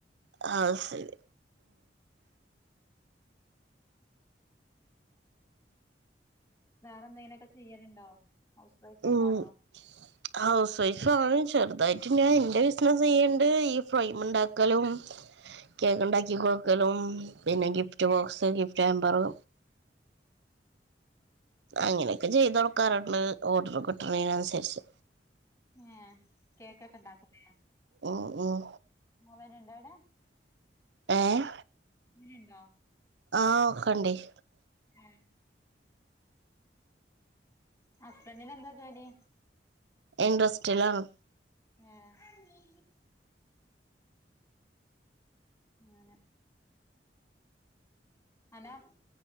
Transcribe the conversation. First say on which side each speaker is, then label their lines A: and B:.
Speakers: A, on the right (about 75°); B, on the left (about 20°).
A: ആഹ് സെരി
B: പിന്നെ വേറെന്തേലൊക്കെ ചെയ്യല്ണ്ടോ ഹൗസ് വൈഫ് അന്നെ
A: ഉം
B: ആണോ
A: ഹൗസ് വൈഫ് ആണ് ചെറുതായിട്ട് ഞാനിന്റെ ബിസിനസ് ചെയ്യ്ണ്ട് ഈ ഫ്രൈമ് ഇണ്ടാക്കലും കേക്ക് ഇണ്ടാക്കി കൊട്ക്കലും പിന്നെ ഗിഫ്റ്റ് ബോക്സ് ഗിഫ്റ്റ് ഹാമ്പറ് അങ്ങനൊക്കെ ചെയ്ത് കൊടുക്കാറുണ്ട് ഓർഡർ കിട്ട്ണേന് അനുസരിച്ച്
B: ഏഹ് കേക്കൊക്കെ ഇണ്ടാക്കുംലേ
A: ഉം ഉം
B: മോവരൻണ്ടോ അവിടെ
A: ഏഹ്
B: <unintelligible> ഇണ്ടോ
A: ആഹ് ഒക്കെണ്ടെയ്
B: ഉം ഹസ്ബൻഡിന് എന്താ ജോലി
A: ഇൻഡസ്ട്രിലാണ്
B: ഏഹ് അങ്ങനെ അലാ